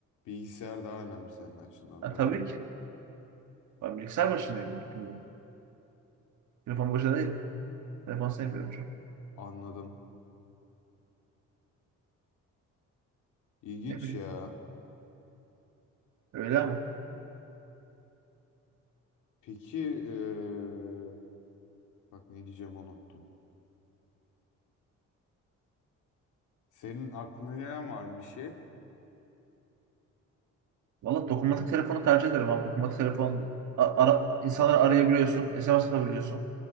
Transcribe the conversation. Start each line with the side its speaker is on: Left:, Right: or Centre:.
Left: bilgisayar daha önemli senin açından
Right: Ha,
Left: doğru.
Right: tabii ki. Ben bilgisayar başındayım bütün gün. Telefon başında değilim. Telefon sevmiyorum şu an.
Left: Anladım. İlginç
Right: Ne bileyim.
Left: ya.
Right: Öyle ama.
Left: Peki eee, bak ne diyeceğimi unuttum. Senin aklına gelen var mı bir şey?
Right: Valla dokunmatik telefonu tercih ederim abi. Dokunmatik telefon a- ara, insanları arayabiliyorsun. SMS atabiliyorsun.